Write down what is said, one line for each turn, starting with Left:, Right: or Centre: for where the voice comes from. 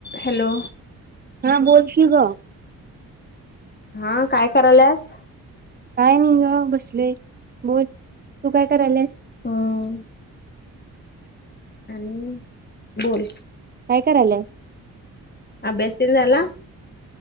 Left: Hello.
Right: हा बोल की गं.
Left: हा, काय कराल्यास?
Right: काय नाही ग बसलोय. बोल, तू काय कराल्यास?
Left: हम. आणि बोल.
Right: काय कराल्या?
Left: अभ्यास तेन झाला?